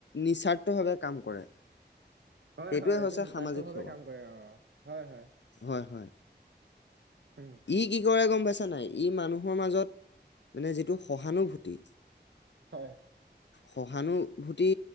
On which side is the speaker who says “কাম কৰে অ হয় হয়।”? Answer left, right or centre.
Right